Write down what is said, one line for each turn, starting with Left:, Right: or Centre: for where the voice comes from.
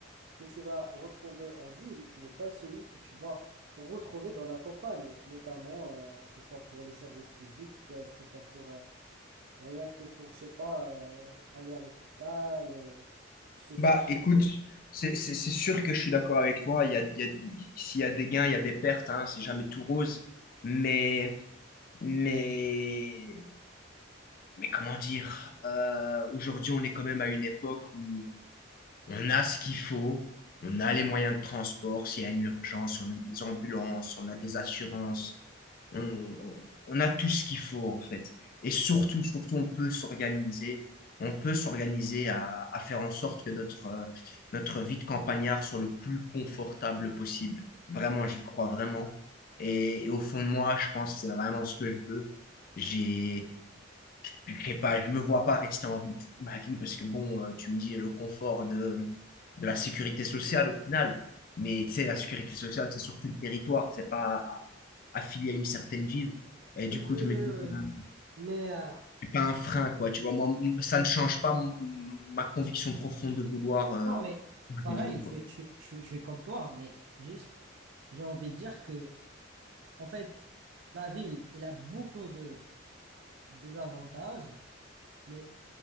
Right: que tu vas retrouver en ville n'est pas celui que tu vas retrouver dans la campagne, notamment euh, que ce soit pour les services publics, euh, que ce soit pour euh, rien que pour, je sais pas, euh, aller à l'hôpital, euh, se soigner.
Left: Bah, écoute, c'est c'est- c'est sûr que je suis d'accord avec toi. Il y a, il y a- s'il y a des gains, il y a des pertes, hein, c'est jamais tout rose. Mais, mais, mais comment dire, euh, aujourd'hui, on est quand même à une époque où on a ce qu'il faut, on a les moyens de transport, s'il y a une urgence, on a des ambulances, on a des assurances on, on a tout ce qu'il faut en fait. Et surtout, surtout, on peut s'organiser. On peut s'organiser à, à faire en sorte que notre, euh, notre vie de campagnard soit le plus confortable possible. Vraiment, j'y crois vraiment. Et, et au fond de moi, je pense que c'est vraiment ce que je veux. J'ai, je sais pas, je me vois pas rester en vie toute ma vie parce que bon, euh, tu me dis le confort de, de la sécurité sociale au final. Mais tu sais, la sécurité sociale, c'est sur tout le territoire. C'est pas affilié à une certaine ville. Et
Right: Oui,
Left: du coup,
Right: oui,
Left: je
Right: oui,
Left: me dis,
Right: oui.
Left: ben,
Right: oui. Mais euh,
Left: c'est pas un frein, quoi. Tu vois, moi, m- ça ne change pas mon- ma conviction profonde de vouloir euh,
Right: non, mais
Left: changer
Right: pareil,
Left: de vie, quoi.
Right: je suis, je suis, je suis- je suis comme toi, mais juste, j'ai envie de dire que En fait, la ville, elle a beaucoup de désavantages, mais